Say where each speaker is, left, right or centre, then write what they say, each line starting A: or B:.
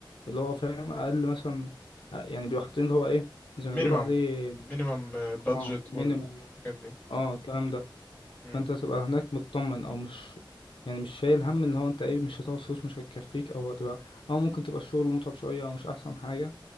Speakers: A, on the left; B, on the left.
A: اللي هو فاهم اقل مثلا يعني بيبقوا حاطين اللي هو ايه زي
B: مينيمم
A: ما بيقولوا عليه
B: مينيمم بادجت
A: اه مينيمم
B: والحاجات دي
A: اه الكلام ده
B: مم.
A: فانت تبقى هناك مطمن او مش يعني مش شايل هم اللي هو انت ايه مش هتاخد فلوس مش هتكفيك او هتبقى او ممكن تبقى الشغل متعب شوية او مش احسن حاجة